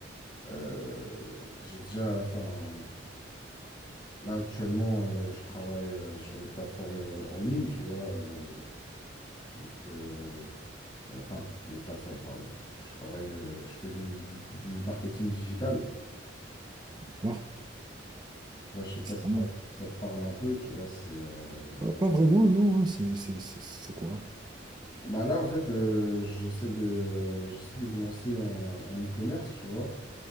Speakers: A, on the left; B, on the right.
A: euh, j'ai déjà, enfin, là actuellement, euh, je travaille euh, sur les plateformes euh, en ligne, tu vois. euh, Donc, euh, euh, enfin, les plateformes, pardon. Je travaille, euh, je fais du, du- du marketing digital.
B: Voir,
A: Tu vois, je sais pas
B: c'est
A: si
B: pas mal.
A: ça, si ça te parle un peu, tu vois, c'est... euh,
B: Pas,
A: ouais.
B: pas vraiment, non, hein, c'est c'est- c'est- c'est quoi?
A: Bah là, en fait, euh, j'essaie de, j'essaie de me lancer en, en e-commerce, tu vois.